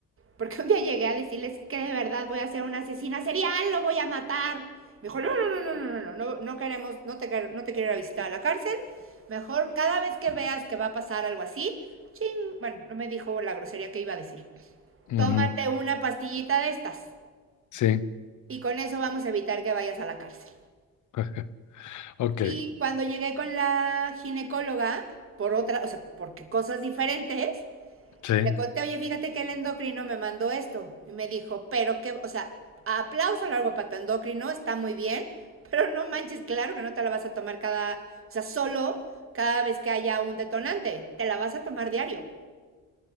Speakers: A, on the right; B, on the left.
A: Porque un día llegué a decirles que de verdad voy a ser una asesina serial, lo voy a matar. Me dijo, no, no, no, no, no, no, no, no no, no queremos, no te, no te quiero ir a visitar a la cárcel. Mejor cada vez que veas que va a pasar algo así, ching, bueno, no me dijo la grosería que iba a decir.
B: Ujú,
A: Tómate una pastillita de estas
B: Sí,
A: y con eso vamos a evitar que vayas a la cárcel.
B: <laughs> ok,
A: Y cuando llegué con la ginecóloga, por otra, o sea, porque cosas diferentes,
B: sí,
A: Le conté, oye, fíjate que el endocrino me mandó esto. Y me dijo, pero que, o sea, aplauso largo para tu endocrino, está muy bien, pero no manches, claro que no te la vas a tomar cada, o sea, solo cada vez que haya un detonante, te la vas a tomar diario.